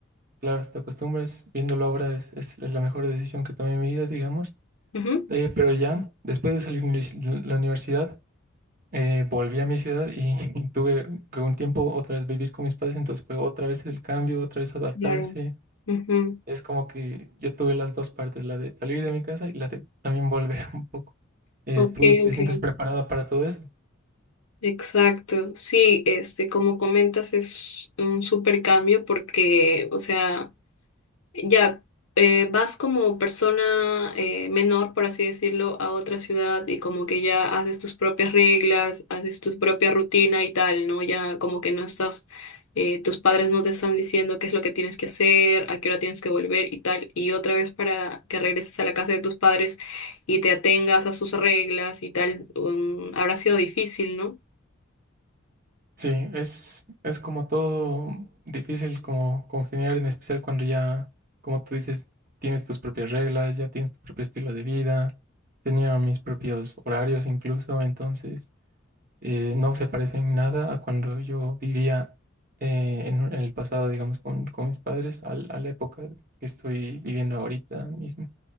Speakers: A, on the right; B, on the left.
A: claro, te acostumbras, viéndolo ahora es, es la mejor decisión que tomé en mi vida, digamos.
B: Ujú.
A: Eh, pero ya, después de salir de la universidad, eh, volví a mi ciudad y <laughs> tuve que un tiempo otra vez vivir con mis padres, entonces fue otra vez el cambio, otra vez adaptarse.
B: Claro. Ujú.
A: Es como que yo tuve las dos partes, la de salir de mi casa y la de también volver <laughs> un poco. Eh,
B: Ok,
A: ¿tú te
B: ok.
A: sientes preparada para todo eso?
B: Exacto, sí, este, como comentas, es un súper cambio porque, o sea, ya eh, vas como persona eh, menor, por así decirlo, a otra ciudad y como que ya haces tus propias reglas, haces tu propia rutina y tal, ¿no? Ya como que no estás, eh, tus padres no te están diciendo qué es lo que tienes que hacer, a qué hora tienes que volver y tal, y otra vez para que regreses a la casa de tus padres y te atengas a sus reglas y tal, um, habrá sido difícil, ¿no?
A: Sí, es, es como todo difícil como congeniar, en especial cuando ya, como tú dices, tienes tus propias reglas, ya tienes tu propio estilo de vida, tenía mis propios horarios incluso, entonces... eh, no se parecen nada a cuando yo vivía eh, en, en el pasado, digamos, con, con mis padres, al- a la época que estoy viviendo ahorita mismo.